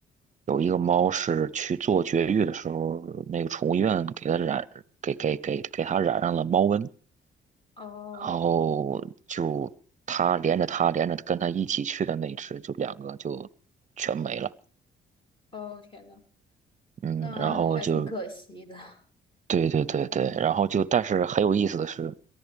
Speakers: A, on the right (about 40°); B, on the left (about 25°).
A: 有一个猫是去做绝育的时候，那个宠物医院给它染，给给给给它染上了猫瘟，
B: 哦，
A: 然后就它连着它连着跟它一起去的那只，就两个就。全没了。
B: 哦，天呐，
A: 嗯，
B: 那还挺可惜的。
A: 然后就
B: <laughs>
A: 对对对对，然后就但是很有意思的是，